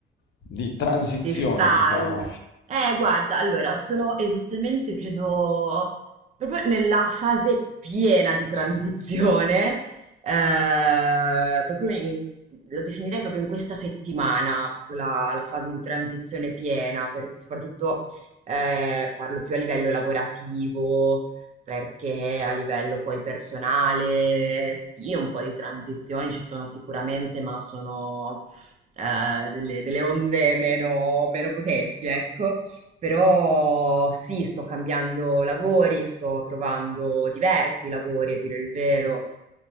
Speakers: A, on the left; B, on the right.
A: di transizione,
B: Di style.
A: diciamo.
B: Eh, guarda, allora, sono esattamente, credo, proprio nella fase piena di transizione, eh, proprio in- lo definirei proprio in questa settimana, proprio la, la fase di transizione piena, per- soprattutto eh, parlo più a livello lavorativo, perché a livello poi personale, sì, un po' di transizioni ci sono sicuramente, ma sono eh, delle, delle onde meno, meno potenti, ecco. Però sì, sto cambiando lavori, sto trovando diversi lavori, a dire il vero,